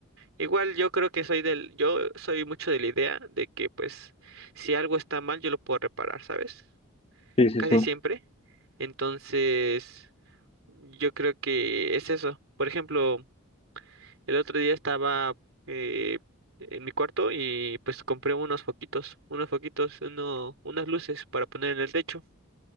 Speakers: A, on the right; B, on the left.
A: Igual yo creo que soy del, yo soy mucho de la idea de que pues si algo está mal yo lo puedo reparar, ¿sabes?
B: Sí, sí,
A: Casi
B: sí.
A: siempre. Entonces, yo creo que es eso. Por ejemplo, el otro día estaba eh, en mi cuarto y pues compré unos foquitos, unos foquitos, uno, unas luces para poner en el techo.